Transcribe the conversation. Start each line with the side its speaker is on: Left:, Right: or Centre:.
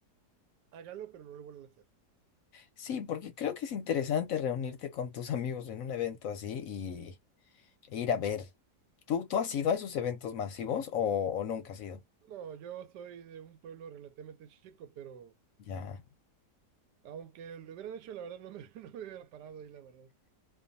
Right: hágalo, pero no lo vuelvan a hacer.
Left: sí, porque creo que es interesante reunirte con tus <laughs> amigos en un evento así y e ir a ver. ¿Tú, tú has ido a esos eventos masivos o, o nunca has ido?
Right: No, yo soy de un pueblo relativamente chico, pero
Left: Ya.
Right: aunque lo hubieran hecho, la verdad no me, <laughs> no me hubiera parado ahí, la verdad.